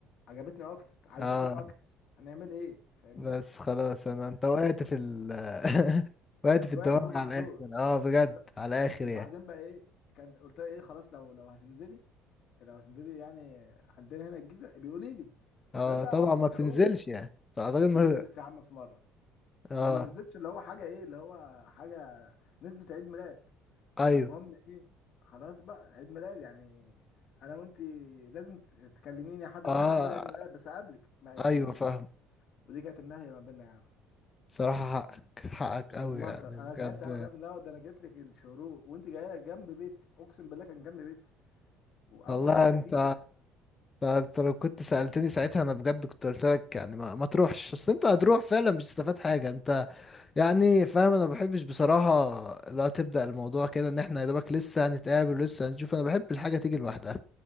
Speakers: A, on the left; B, on the left.
A: عجبتني اكتر عايز
B: اه
A: اشوفك اكتر هنعمل ايه فاهمني
B: بس خلاص انا
A: طب
B: انت وقعت في ال
A: اه
B: <laughs> وقعت في
A: وقعت
B: الدوام
A: في المحظور
B: على الاخر اه بجد
A: لا
B: على الاخر
A: وبعدين
B: يعني
A: بقى ايه كان قلت لها ايه خلاص لو لو هتنزلي لو هتنزلي يعني عندنا هنا الجيزه بيقولي لي
B: اه
A: ده ده
B: طبعا
A: ابسط
B: ما بتنزلش
A: الحقوق
B: يعني اعتقد ما
A: نزلت يا عم في مره
B: اه
A: وما نزلتش اللي هو حاجه ايه اللي هو حاجه نزلت عيد ميلاد
B: ايوه
A: فالمهم ايه خلاص بقى عيد ميلاد يعني انا وانتي لازم ت- تكلميني حتى
B: اه
A: مش هاجي احضر عيد ميلاد بس اقابلك ما قالتليش
B: ايوه فاهم
A: ودي كانت النهايه ما بيننا يا عم
B: صراحة
A: والله
B: حقك حقك
A: اتدمرت
B: قوي يعني
A: انا
B: بجد
A: زعلت قوي فاهم لا ده انا جيت لك الشروق وانت جايه لك جنب بيتي اقسم بالله كان جنب بيتي واول
B: والله
A: حاجه
B: انت
A: تيجي تع...
B: انت أنت لو كنت سألتني ساعتها انا بجد كنت قلت لك يعني ما, ما تروحش اصل انت هتروح فعلا مش هتستفاد حاجة انت يعني فاهم انا ما بحبش بصراحة لا تبدأ الموضوع كده ان احنا يا دوبك لسه هنتقابل ولسه هنشوف انا بحب الحاجة تيجي لوحدها